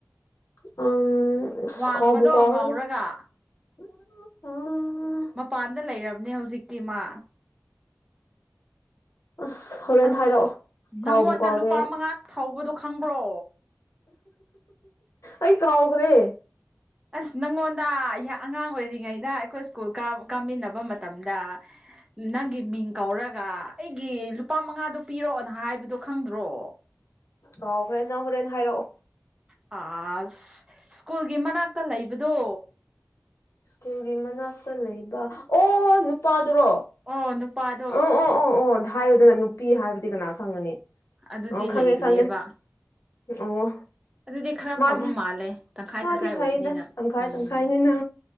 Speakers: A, on the left; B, on the right.
A: ꯎꯝ ꯑꯁ
B: ꯋꯥꯡꯕꯗꯣ
A: ꯀꯥꯎꯕꯨ ꯀꯥꯎꯔꯦꯗ
B: ꯉꯧꯔꯒ
A: <unintelligible>
B: ꯃꯄꯥꯟꯗ ꯂꯩꯔꯕꯅꯦ ꯍꯧꯖꯤꯛꯇꯤ ꯃꯥ
A: ꯑꯁ ꯍꯣꯔꯦꯟ
B: ꯑꯁ
A: ꯍꯥꯏꯔꯛꯑꯣ ꯀꯥꯎꯕꯨ
B: ꯅꯪꯉꯣꯟꯗ
A: ꯀꯥꯎꯔꯦ
B: ꯂꯨꯄꯥ
A: ꯑꯩ
B: ꯃꯉꯥ ꯊꯧꯕꯗꯣ ꯈꯪꯕ꯭ꯔꯣ
A: ꯑꯩ ꯀꯥꯎꯒ꯭ꯔꯦ
B: ꯑꯁ ꯅꯪꯉꯣꯟꯗ ꯌꯥ ꯑꯉꯥꯡ ꯑꯣꯏꯔꯤꯉꯩꯗ ꯑꯩꯈꯣꯏ ꯁ꯭ꯀꯨꯜ ꯀꯥ ꯀꯥꯃꯤꯟꯅꯕ ꯃꯇꯝꯗ ꯅꯪꯒꯤ ꯃꯤꯡ ꯀꯧꯔꯒ ꯑꯩꯒꯤ ꯂꯨꯄꯥ ꯃꯉꯥꯗ‌ꯣ ꯄꯤꯔꯛꯑꯣꯅ ꯍꯥꯏꯕꯗꯣ ꯈꯪꯗ꯭ꯔꯣ
A: ꯀꯥꯎꯈ꯭ꯔꯦ ꯅꯪ ꯍꯣꯔꯦꯟ ꯍꯥꯏꯔꯛꯑꯣ
B: ꯑꯁ ꯁ꯭ꯀꯨꯜꯒꯤ ꯃꯅꯥꯛꯇ ꯂꯩꯕꯗꯣ
A: ꯁ꯭ꯀꯨꯜꯒꯤ ꯃꯅꯥꯛꯇ ꯂꯩꯕ ꯑꯣ ꯅꯨꯄꯥꯗꯨꯔꯣ
B: ꯑꯣ ꯅꯨꯄꯥꯗꯣ
A: ꯑꯣ ꯑꯣ ꯑꯣ ꯑꯣ ꯍꯥꯏꯌꯨꯗꯅ ꯅꯨꯄꯤ ꯍꯥꯏꯕꯗꯤ ꯀꯅꯥ ꯐꯪꯒꯅꯤ
B: ꯑꯗꯨꯗꯤ
A: ꯑ‌ꯣ ꯈꯪꯉꯦ
B: ꯂꯩꯔꯤꯑꯕ
A: ꯈꯪꯉꯦ ꯑꯣ
B: ꯑꯗꯨꯗꯤ ꯈꯔ
A: ꯃꯥꯒꯤ
B: ꯐꯕ ꯃꯥꯜꯂꯦ ꯇꯪꯈꯥꯏ
A: ꯃꯥꯗꯤ
B: ꯇꯪꯈꯥꯏ ꯑꯣꯏꯕꯅꯤꯅ
A: ꯐꯩꯗ ꯇꯪꯈꯥꯏ
B: ꯎꯝ
A: ꯇꯪꯈꯥꯏꯅꯤꯅ